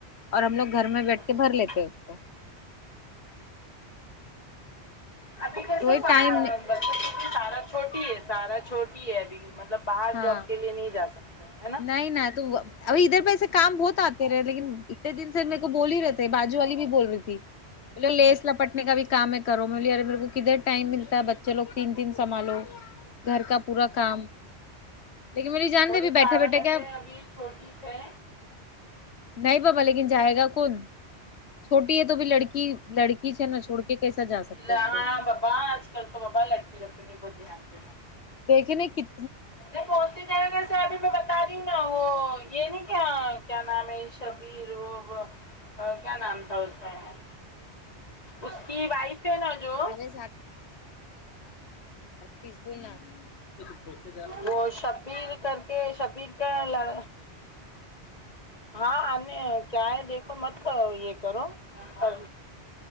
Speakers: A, on the left (about 70°); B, on the left (about 35°).
A: اور ہم لوگ گھر میں بیٹھ
B: اچھا
A: کے بھر لیتے ہیں اس کو
B: ابھی کیسے
A: تو یہ ٹائم
B: کی سارا چھوٹی ہے سارا چھوٹی ہے ابھی مطلب باہر
A: ہاں
B: جاب کے لیے نہیں جا سکتے ہے نا
A: نہیں ن تو اب ادھر پہ ایسے کام بہت آتے رہے لیکن اتنے دن سے میر کو بول ہی رہے تھے باجو والی بھی بول رہی تھی لیس لپٹنے کا بھی کام ہے کرو مے میرے کو کدھر ٹائم ملتا ہے بچے لو تین تین سمھالو گھر کا پورا کام لیکن مے جانتے
B: تھوڑی
A: بھی بیٹھے
B: سارا
A: بیٹھے
B: جیسے
A: کیا
B: ابھی چھوٹی ہے
A: نہیں بابا لیکن جائے گا کون چھوٹی ہے تو بھی لڑکی لڑکی ہے نا چھوڑ کے کیسا جا سکتا
B: لا
A: ہے اس کو
B: ہاں بابا آج کل تو بابا لڑکی لکوں نے بہت دھیان دینا
A: دیکھے نے کن
B: نہیں کون سی جگہ جیسے ابھی میں بتا رہی ہوں نا وہ یہ نہیں کیا کیا نام ہے یہ شبیر وہ کیا نام تھا اس کا یہ اس کی وائف ہے نا جو
A: ارے پسکول نا توھوک
B: وہ شبیر کر کے شبیر کیا لڑ ہاں کیا ہے دیکھو مت یہ کرو اور